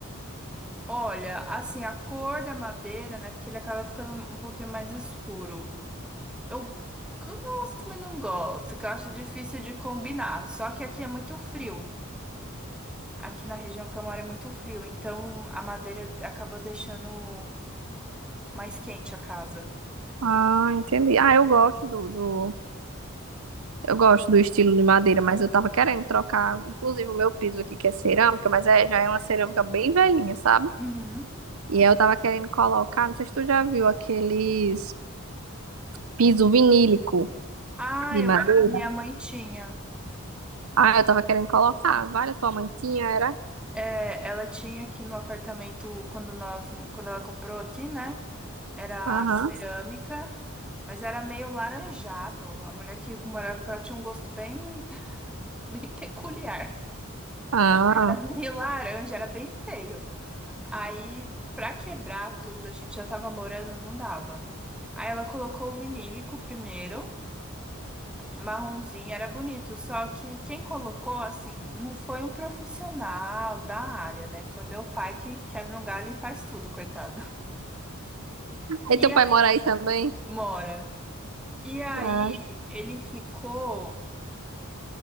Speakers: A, in the centre; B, on the right.
A: Olha, assim, a cor da madeira, né? Porque ele acaba ficando um pouquinho mais escuro. Eu gosto, mas não gosto, que eu acho difícil de combinar. Só que aqui é muito frio. Aqui na região que eu moro é muito frio, então a madeira acabou deixando mais quente a casa.
B: Ah, entendi. Ah, eu gosto do, do... Eu gosto do estilo de madeira, mas eu tava querendo trocar, inclusive, o meu piso aqui, que é cerâmica, mas é, já é uma cerâmica bem velhinha, sabe?
A: Uhum.
B: E aí eu tava querendo colocar, não sei se tu já viu aqueles piso vinílico
A: Ah,
B: de
A: eu,
B: madeira.
A: a minha mãe tinha.
B: Ah, eu tava querendo colocar. Vale, a tua mãe tinha, era?
A: É, ela tinha aqui no apartamento quando nós, quando ela comprou aqui, né? Era
B: Aham.
A: cerâmica, mas era meio laranjado. A mulher que morava com ela tinha um gosto bem, <laughs> bem peculiar.
B: Ah.
A: Era meio laranja, era bem feio. Aí, pra quebrar tudo, a gente já tava morando, não dava. Aí ela colocou o vinílico primeiro, marronzinho, era bonito. Só que quem colocou, assim, não foi um profissional da área, né? Foi meu pai que quebra um galho e faz tudo, coitado.
B: Aí
A: E
B: teu
A: aí,
B: pai mora aí também?
A: mora. E aí,
B: Ah,
A: ele ficou.